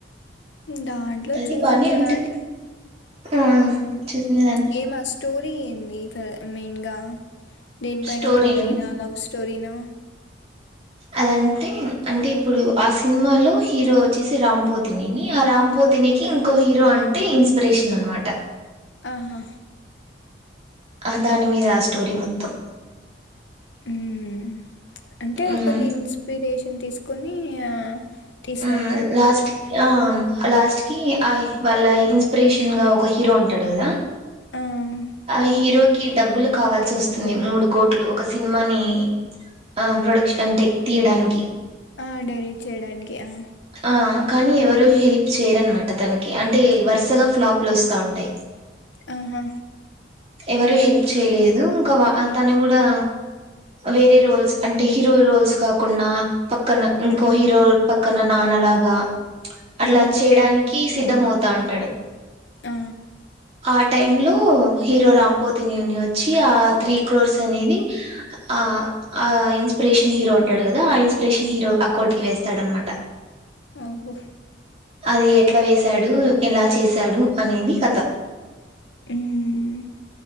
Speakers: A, on the left (about 70°); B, on the right (about 30°).
A: దాంట్లో
B: అది
A: చూసిండే
B: బానే ఉంటుంది
A: దాంట్లో
B: ఆ
A: ఉమ్
B: చూసిన దాంట్లో
A: ఏమి ఆ స్టోరీ ఏంది ఫ మెయిన్గా దేనిపైన
B: స్టోరీలో
A: కామెడీనా లవ్ స్టోరీనా
B: అదంటె అంటే ఇప్పుడు ఆ సినిమాలో హీరో వచ్చేసి రామ్ పోతినేని ఆ రామ్ పో ఇతనికి ఇంకో హీరో అంటే ఇన్స్పిరేషన్ అన్నమాట
A: ఆహా
B: ఆ దాని మీద ఆ స్టోరీ మొత్తం.
A: ఉమ్ అంటే
B: ఉమ్
A: ఒకన్ని ఇన్స్పిరేషన్ తీసుకొని ఆ తీసినారా
B: ఉం లాస్ట్కి ఆమ్ లాస్ట్ కి ఆల్ వాళ్ళ ఇన్స్పిరేషన్ గా ఒక హీరో ఉంటాడు కదా
A: ఆహ్
B: ఆ హీరోకి డబ్బులు కావాల్సి వస్తుంది. మూడు కోట్లు ఒక సినిమాని ఆ ప్రొడక్షన్ అంటే తీయడానికి
A: ఆ డైరెక్ట్ చేయడానికి ఆ
B: ఆ కానీ ఎవరు హెల్ప్ చేయరనమాట తనకి అంటే వరుసగా ఫ్లాప్లుస్తా ఉంటాయి
A: ఆహా
B: ఎవరు హెల్ప్ చేయలేదు ఇంకా వా అతను కూడా వేరే రోల్స్ అంటే హీరో రోల్స్ కాకున్నా పక్కన ఇంకో
A: ఆ
B: హీరో పక్కన నాన్నలాగా అట్లా
A: హ్మ్
B: చేయడానికి సిద్ధమవుతా ఉంటాడు
A: ఆ
B: ఆ టైంలో హీరో రామ్పోతినిని వచ్చి ఆ త్రీ క్రోర్స్ అనేది ఆ ఆ ఇన్స్పిరేషన్ హీరో ఉంటాడు కదా ఆ ఇన్స్పిరేషన్ హీరో అకౌంట్ కి వేస్తాడ అనమా
A: ఆహో
B: అది ఎట్లా వేసాడు ఎలా చేశాడు అనేది కథ
A: ఉమ్